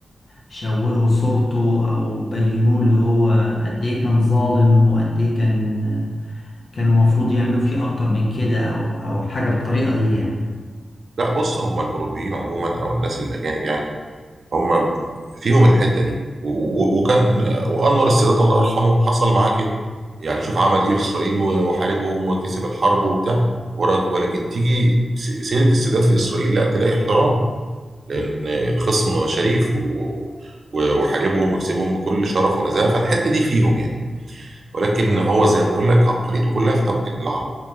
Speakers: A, on the left; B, on the right.
A: شوهوا صورته او بينوه اللي هو قد ايه كان ظالم وقد ايه كان كانوا المفروض يعملوا فيه اكتر من كده او او حاجه بالطريقه دي يعني
B: لا بص هم الاوروبيين عموما او الناس الاجانب يعني هم فيهم الحته دي و- و- وكان وانور السادات الله يرحمه حصل معاه كده يعني شوف عمل ايه في اسرائيل و- وحاربهم وكسب الحرب وبتاع ورا- ولكن تيجي س- سيره السادات في اسرائيل لا تلاقي احترام لان خصم شريف و- و- وحاربهم وكسبهم بكل شرف ونزاهه فالحته دي فيهم يعني ولكن هو زي ما بقول لك عبقريته كلها في توحيد العرب